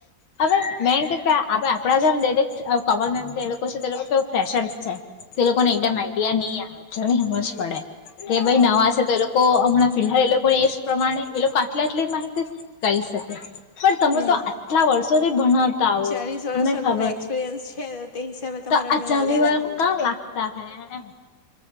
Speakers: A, on the left; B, on the left.
A: હવે મેં કે હવે આપડા જેમ દેરે કમલ મેન એ લોકો છે તે લોકો. પ્રેશર છે એ લોકો
B: હમ
A: કો એકદમ આઈડિયા ની. સમજ
B: હમ
A: પડે કે
B: હમ
A: ભાઈ નવા છે તો એ લોકો હમણાં ફિહલાલ એ લોકો એ જ પ્રમાણે એ લોકો. આટલા આટલી માહિતી કઈ શકે. પણ તમે
B: હમ
A: તો આટલા વર્ષોથી ભણાવતા આવો
B: ચાલીસ વર્ષનો
A: તમને ખબર
B: એક્સપિરિયન્સ છે તો તે હિસાબે તમારે
A: તો
B: અમને
A: આ. ચાલી
B: નોલેજ
A: વાર
B: આપો
A: કણ લાગતા અહે એમ